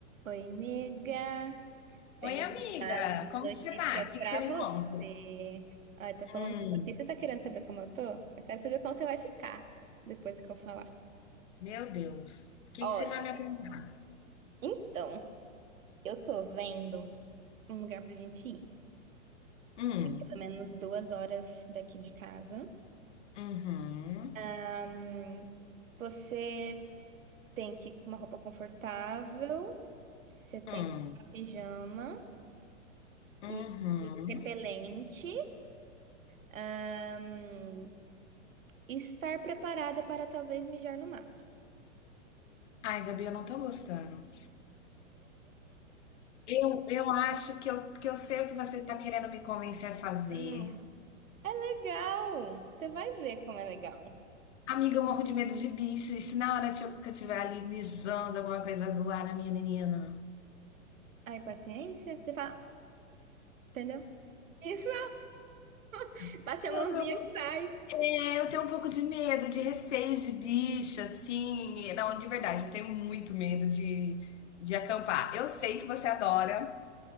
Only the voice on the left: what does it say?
Oi, amiga,
como
que você tá? O que
que você me
conta?
Hum,
meu Deus, o que
que você vai me apresentar?
Hum,
uhum,
hum,
uhum.
Ai, Gabi, eu não tô gostando. Eu, eu acho que eu, que eu sei o que você tá querendo me convencer a fazer.
Amiga, eu morro de medo de bicho, e se na hora que eu que eu estiver ali me zoando alguma coisa voar na minha menina?
<laughs>
É, eu tenho um pouco de medo, de receio de bicho, assim. Não, de verdade, eu tenho muito medo de, de acampar. Eu sei que você adora,